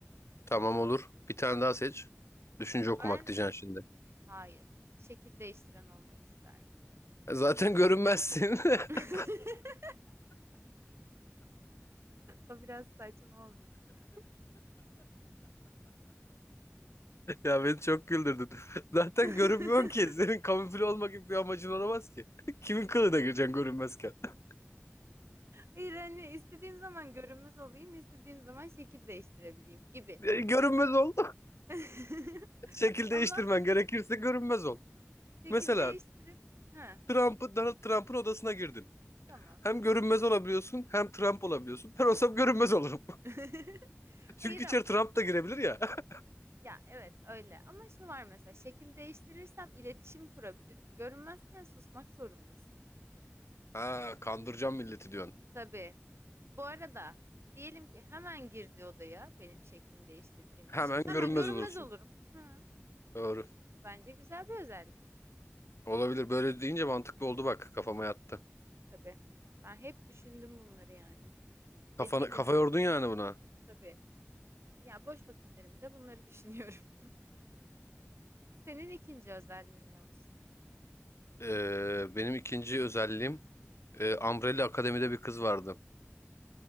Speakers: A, on the left; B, on the right.
A: Tamam olur. Bir tane daha seç.
B: Tamam.
A: Düşünce okumak
B: Ben
A: diyeceksin şimdi.
B: hayır. Şekil değiştiren olmak isterdim.
A: E, Zaten görünmezsin.
B: <laughs>
A: <laughs>
B: O biraz saçma oldu, değil mi?
A: Ya beni çok güldürdün. <laughs> Zaten
B: <laughs>
A: görünmüyorsun ki. Senin kamufle olma gibi bir amacın olamaz ki. <laughs> Kimin kılığına gireceksin görünmezken? <laughs>
B: Hayır hani istediğim zaman görünmez olayım, istediğim zaman şekil değiştirebileyim gibi.
A: E, Görünmez ol.
B: <laughs>
A: <laughs> Şekil
B: Ama
A: değiştirmen gerekirse görünmez ol.
B: şekil
A: Mesela
B: değiştirip ha
A: Trump'ı, Donald Trump'ın odasına girdin.
B: tamam.
A: Hem görünmez olabiliyorsun hem Trump olabiliyorsun. Ben olsam görünmez olurum.
B: <laughs>
A: <laughs> Çünkü
B: Hayır ama.
A: içeri Trump da girebilir ya. <laughs>
B: Ya evet öyle ama şu var mesela şekil değiştirirsem iletişim kurabilirim. Görünmezken susmak zorundasın.
A: Ha, kandıracağım milleti diyorsun.
B: Tabii. Bu arada diyelim ki hemen girdi odaya benim şeklini değiştirdiğim
A: Hemen
B: kişi. Hemen
A: görünmez
B: görünmez
A: olursun.
B: olurum. Ha,
A: Doğru.
B: bence güzel bir özellik.
A: Olabilir. Böyle deyince mantıklı oldu bak. Kafama yattı.
B: Tabii. Ben hep düşündüm bunları yani. Gece
A: Kafana,
B: gündüz
A: kafa yordun yani buna.
B: tabii. Ee, Ya boş vakitlerimde bunları düşünüyorum. <laughs> Senin ikinci özelliğin ne olsun?
A: Ee, benim ikinci özelliğim e, Umbrella Akademi'de bir kız vardı.